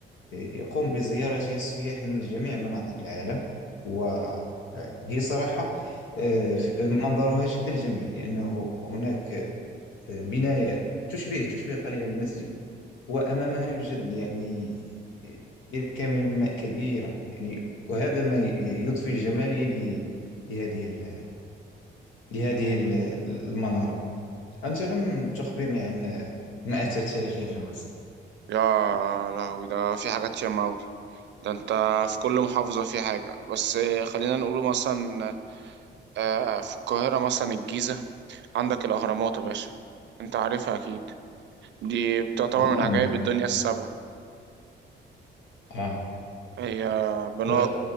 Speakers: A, on the left; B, on the right.
A: يقوم بزيارة السياح من جميع مناطق العالم وهي صراحة آه، ف- منظرها جدا جميل لأنه هناك آه، بناية تشبه تشبه قليلا المسجد وأمامها يوجد يعني بركة من الماء كبيرة يعني وهذا ما ي- يضفي جمالية ل- لهذه ال- لهذه ال- المنارة أنت لم تخبرني عن مآثر تاريخية في مصر
B: يا لهوي ده في حاجات ياما اوي ده انت في كل محافظة في حاجة بس خلينا نقوله مثلا آه، في القاهرة مثلا الجيزة عندك الاهرامات يا باشا انت عارفها اكيد دي بتعتبر
A: هذا
B: من عجائب
A: أم-
B: الدنيا السبع
A: آه
B: هي بنوها
A: آه،